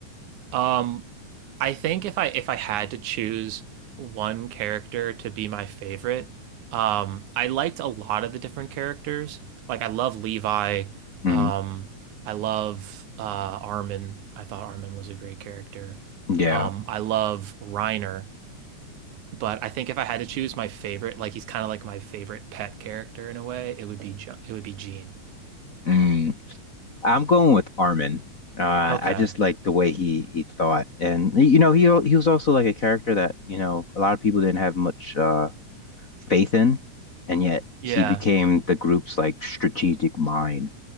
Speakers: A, on the right; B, on the left.
A: Um, I think if I if I had to choose one character to be my favorite, um, I liked a lot of the different characters. Like I love Levi.
B: Mm,
A: Um, I love uh Armin. I thought Armin was a great character.
B: yeah.
A: Um, I love Reiner, but I think if I had to choose my favorite, like he's kind of like my favorite pet character in a way, it would be John, it would be Gene.
B: Mm. I'm going with Armin. Uh,
A: Okay.
B: I just like the way he he thought, and you know he he was also like a character that you know a lot of people didn't have much uh, faith in, and yet
A: Yeah.
B: he became the group's like strategic mind.